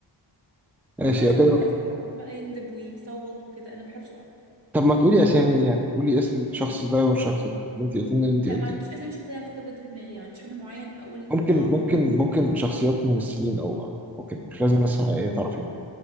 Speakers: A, in the centre; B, on the right.
A: ماشي
B: لما يحصل
A: يبقى
B: كوارث
A: كده
B: ما يعرفش بقى يندب ويصوت وكده انا ما بحبش القرف
A: طب ما تقولي اسامي يعني قولي اسم الشخص ده والشخص ده اللي انت قلت لي اللي انت
B: لا
A: قلتيه
B: ما عنديش اسامي شخصيه على فكره بجد في دماغي ما عنديش حد معين اقول
A: ممكن
B: اه ممكن
A: ممكن
B: مع ده
A: ممكن شخصيات ممثلين او اوكي مش لازم ناس حقيقيه تعرفين